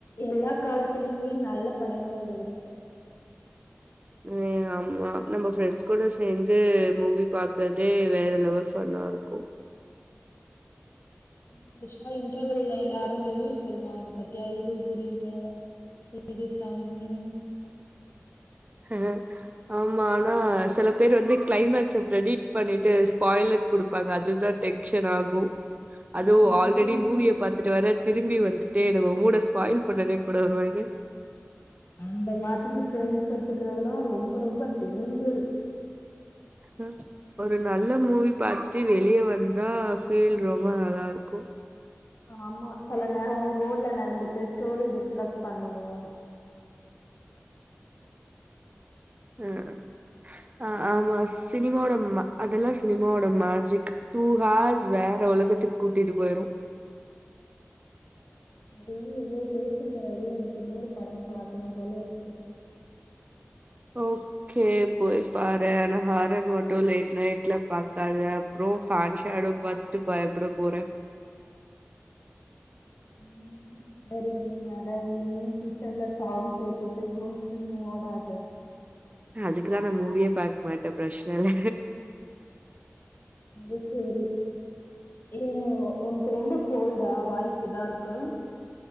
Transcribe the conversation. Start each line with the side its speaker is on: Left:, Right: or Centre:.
Left: எல்லா காலத்துலயுமே நல்ல படங்கள் இருக்கோ
Right: ம் ஆமா நம்ம ஃப்ரெண்ட்ஸ் கூட சேந்து மூவி பாக்கறதே வேற லெவல் ஃபன்னா இருக்கும்
Left: இன்பேஷா இன்டர்வியூல எவ்லாரு ரீவிவ் சொல்லுவாங்க பத்தியா இது புரியில இது செமன்னு
Right: ஆஹ் ஆமா ஆனா சில பேர் வந்து கிளைமேக்ஸ ப்ரிடிட் பண்ணிட்டு ஸ்பாய்லட் குடுப்பாங்க அதுதா டென்ஷன் ஆகு அதுவு
Left: அந்த மாதிரி
Right: ஆல்ரெடி மூவிய பாத்துட்டு வேற திரும்பி வந்துட்டு நம்ம மூட ஸ்பாயில் பண்ணனுனே கூட வருவாங்க
Left: அந்த மாதிரி ஃபிரண்ட்ஸ் வெச்சிட் றதுலா ரொம்ப ரொம்ப டேஞ்சரு
Right: ம் ஒரு நல்ல மூவி பாத்துட்டு வெளிய வந்தா ஃபீல் ரொம்ப நல்லா இருக்கோ
Left: ஆமா செல நேரோ ரோட்ல நடந்துட்டு ஸ்டோரி டிஸ்கஸ் பண்ணுவோ
Right: அஹ் ஆஹ் ஆமா சினிமாவோட மே அதெல்லாம் சினிமாவோட மேஜிக் டூ ஹார்ஸ் வேற ஒலகத்துக்கு கூட்டிட்டு போயிரும்
Left: சரி இவ்ளோ பேசின பிறகு எனக்கு இன்னொரு படம் பாக்கணும் போல இருக்கு
Right: ஓகே போய் பாரு ஆனா ஹாரர் மட்டும் லேட் நைட்ல பாக்காத அப்புறம் சன் ஷேடோ பாத்துட்டு பயப்பட போற
Left: ம் சரிங்க மேடம் நீயும் கிச்சன்ல சவுண்ட் கேட்டுட்டு கோஸ்ட்டுன்னு ஓடாத
Right: அதுக்குதான் நான் மூவியே பாக்க மாட்டேன் பிரச்சன இல்ல
Left: அது சரி ஏன் ஒனக்கு ரொம்ப கோல்டா வாய்ஸ் இதா இருக்கு